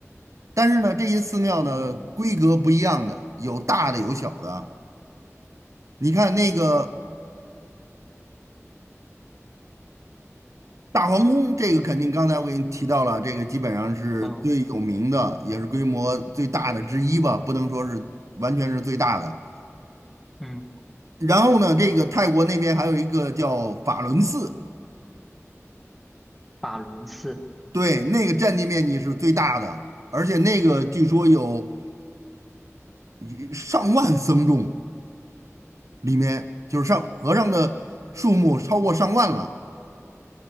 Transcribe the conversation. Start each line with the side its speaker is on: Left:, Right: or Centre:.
Right: 但是呢，这些寺庙呢，
Centre: 哦，
Right: 规格不一样的，有大的有小的。你看那个。大皇宫这个肯定刚才我给你提到了，这个基本上是最有名的，
Centre: 嗯
Right: 也是规模最大的之一吧，不能说是完全是最大的。
Centre: 嗯，
Right: 然后呢，这个泰国那边还有一个叫法伦寺，
Centre: 法轮寺。
Right: 对，那个占地面积是最大的，而且那个据说有一上万僧众，里面就是上和尚的数目超过上万了。